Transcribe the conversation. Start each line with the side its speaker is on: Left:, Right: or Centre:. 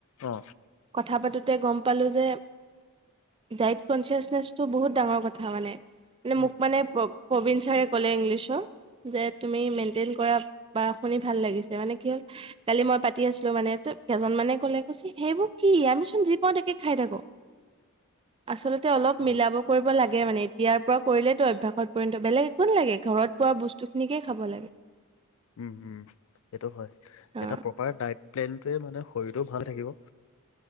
Left: অ
Right: কথা পাতোতে গম প পালো যে ডাইট কনচিয়াচনেচটো বহুত ডাঙৰ কথা মানে মানে
Left: উম
Right: মোক মানে প্ৰবীন ছাৰে ক'লে ইংলিছৰ যে তুমি মেইনটেইন কৰা বা শুনি ভাল লাগিছে মানে কি হল কালি মই পাতি আছিলো মানে কেইজন মানে কলে কৈছে সেইবোৰ কি আমি চোন যি পাও তাকে খাই থাকো আচলতে অলপ
Left: উম
Right: মিলাব কৰিব লাগে মানে এতিয়াৰ পৰা কৰিলেতটো অভ্যাসত বেলেগ একো ন লাগে ঘৰত পোৱা বস্তু খিনিকে খাব লাগে।
Left: উম উম সেইটো হয়
Right: অ
Left: এটা প্ৰপাৰ ডাইট প্লেনটোৱে মানে শৰীৰটোটো ভাল থাকিব।